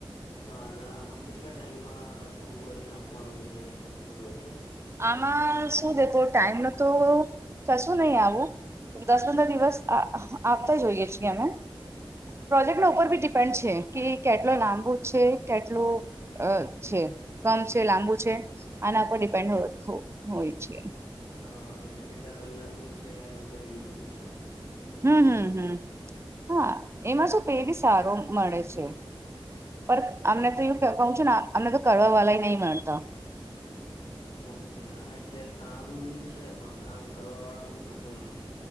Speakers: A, on the left; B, on the right.
A: તો આના આમાં કેટલા ટાઈમમાં પૂરું કરીને આપવાનું હોય છે? એવું કઇ હોય છે. ટાસ્ક
B: આમાં શું દેખો ટાઈમ નુ તો કશું નહી આવું. દસ પંદર દિવસ આ આ આપતા જ હોઈએ છીએ અમે, પ્રોજેક્ટ
A: હમ
B: ઉપર બી ડી પણ છે, કે કેટલો લાંબુ છે, કેટલું અ છે, કમ છે, લાંબુ છે,
A: ઓકે
B: આના પર ડિપેન્ડ હો હો હોય છે.
A: અ, એટલે કેટલા કલાકનું છે? અને કઈ રીતનું છે? એમ. બરાબર
B: હમ્મ હમ્મ હમ્મ, હા, એમાં શું પે બી સારો મળે છે. પર અમને તો
A: ઓકે
B: એવું કે કહુ છુ ને, આ અમને તો કરવા વાળા એ નહી મળતા.
A: ઓકે, હા એટલે કામ છે, પણ કામ કરવાવાળા માણસો નથી.